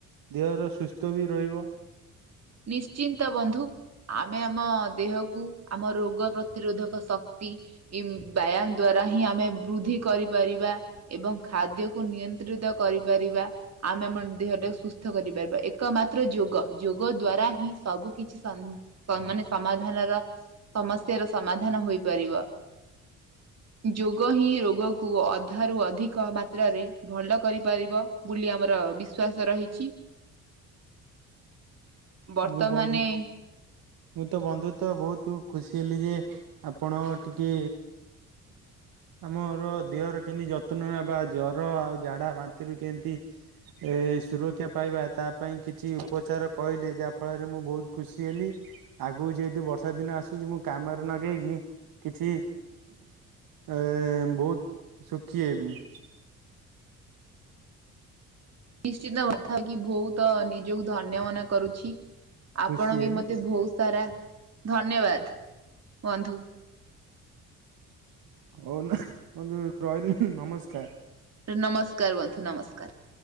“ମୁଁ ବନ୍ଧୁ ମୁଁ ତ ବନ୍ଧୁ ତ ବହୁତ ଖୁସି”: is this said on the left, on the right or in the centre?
Right